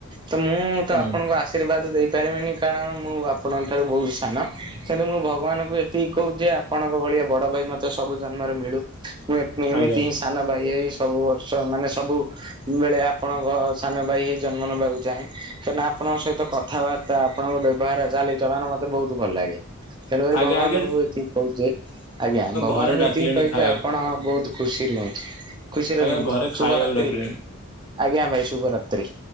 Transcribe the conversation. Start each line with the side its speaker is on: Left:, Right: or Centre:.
Right: ତ ମୁଁ
Left: ହୁଁ
Right: ତ ଆପଣଙ୍କୁ ଆଶ ଆଶୀର୍ବାଦ ଦେଇପାରିବିନି କାରଣ ମୁଁ ଆପଣଙ୍କ ଠାରୁ ବହୁତ ସାନ କିନ୍ତୁ ମୁଁ ଭଗବାନଙ୍କୁ ଏତିକି କହୁଛି ଯେ ଆପ ଆପଣଙ୍କ ଭଳିଆ ବଡ଼ ଭାଇ ମତେ ସବୁ ଜନ୍ମରେ ମିଳୁ। ମୁଁ ଏମିତି
Left: ଆଜ୍ଞା
Right: ହିଁ ସାନ ଭାଇ ହୋଇ ସବୁ ବର୍ଷ ମାନେ ସବୁ ବେଳେ ଆପଣଙ୍କ ସାନ ଭାଇ ହେଇ ଜନ୍ମ ନେବାକୁ ଚାହେଁ। କାହିଁକିନା ଆପଣଙ୍କ ସହିତ କଥାବାର୍ତ୍ତା ଆପଣଙ୍କ ବ୍ୟବହାର ଚାଲିଚଳନ ମତେ ବହୁତ ଭଲ ଲାଗେ। ତେଣୁକରି
Left: ଆଜ୍ଞା
Right: ଭଗବାନଙ୍କୁ
Left: ଆଜ୍ଞା
Right: ଏତିକି କହୁଛି ଯେ ଆଜ୍ଞା ଭଗବାନଙ୍କୁ
Left: ଘରେ ଡାକିଲେଣି
Right: ଏତିକି କହିଚି
Left: ଖାଇବାକୁ।
Right: ଯେ ଆପଣ ବହୁତ ଖୁସିରେ ରୁହନ୍ତୁ, ଖୁସିରେ
Left: ଆଜ୍ଞା
Right: ରୁହନ୍ତୁ
Left: ଘରେ ଖାଇବାକୁ
Right: ଶୁଭରାତ୍ରି
Left: ଡାକିଲେଣି।
Right: ଆଜ୍ଞା ଭାଇ ଶୁଭରାତ୍ରି।